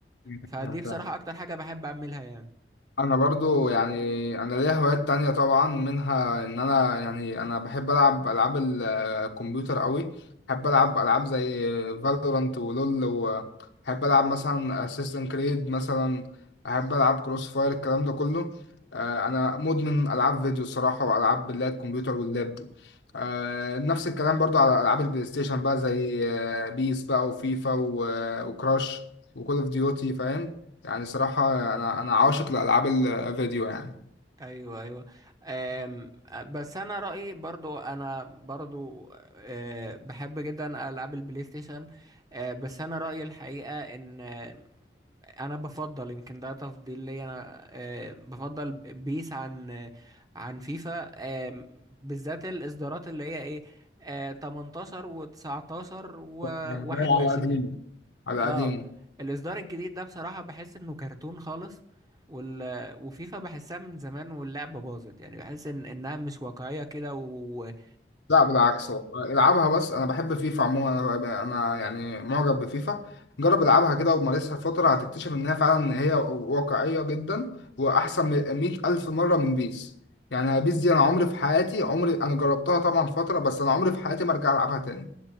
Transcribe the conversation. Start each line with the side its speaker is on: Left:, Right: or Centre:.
Left: <laughs>
Right: فدي
Left: فاهم،
Right: بصراحة
Left: فاهم.
Right: أكتر حاجة بحب أعملها يعني
Left: انا برضو يعني انا ليا هوايات تانية طبعا منها ان انا يعني انا بحب العب العاب ال- الكمبيوتر قوي بحب العب العاب زي فالورانت ولول وبحب العب مثلا اسيستنت كريد مثلا بحب العب كروس فاير الكلام ده كله آه، انا مدمن العاب فيديو الصراحة والعاب اللي هي الكمبيوتر واللاب دي آه، نفس الكلام برضو على العاب البلاي ستيشن بقى زي آه، بيس بقى وفيفا و- وكراش وكول اوف ديوتي فاهم يعني صراحة أنا أنا عاشق لألعاب الفيديو يعني
Right: أيوه أيوه أم بس أنا رأيي برضو أنا برضو أه بحب جدا ألعاب البلاي ستيشن أه بس أنا رأيي الحقيقة إن آه، أنا بفضل يمكن ده تفضيل لي أنا أه بفضل بيس عن آه، عن فيفا أه بالذات الإصدارات اللي هي إيه أه 18 و19
Left: يعني
Right: و21
Left: ده على قديمه على
Right: اه
Left: قديمه
Right: الاصدار الجديد ده بصراحة بحس انه كرتون خالص وال... وفيفا بحسها من زمان واللعبة باظت يعني بحس ان انها مش واقعية كده ويعني
Left: لا بالعكس والله العبها بس أنا بحب فيفا عموما أنا ب- أنا يعني معجب بفيفا جرب العبها كده ومارسها فترة هتكتشف إن هي فعلا هي واقعية جدا وأحسن من مية ألف مرة من بيس يعني بيس دي أنا عمري في حياتي عمري أنا جربتها طبعا فترة بس أنا عمري في حياتي ما أرجع ألعبها تاني